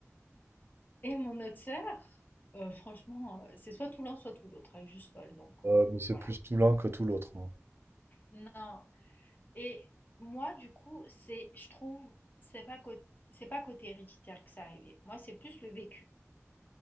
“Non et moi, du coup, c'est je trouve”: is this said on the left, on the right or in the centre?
Left